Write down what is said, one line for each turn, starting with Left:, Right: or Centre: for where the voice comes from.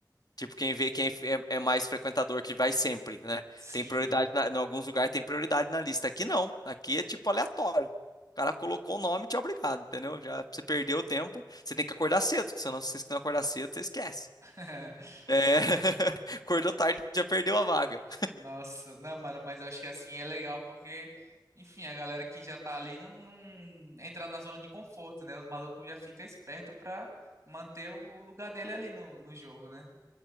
Left: Tipo, quem vê quem é, é mais frequentador que vai sempre, né?
Right: Sim.
Left: Tem prioridade, na, em alguns lugares tem prioridade na lista. Aqui não, aqui é tipo aleatório. O cara colocou o nome, e te é obrigado, entendeu? Já você perdeu o tempo, você tem que acordar cedo, porque senão se você não acordar cedo, você esquece.
Right: <laughs>
Left: É, <laughs> acordou tarde, já perdeu a vaga.
Right: Nossa, não, mano, mas eu acho que assim é legal porque, enfim, a galera que já tá ali não, não entra na zona de conforto, né? Os malucos já ficam espertos pra manter o lugar dele ali no, no jogo, né?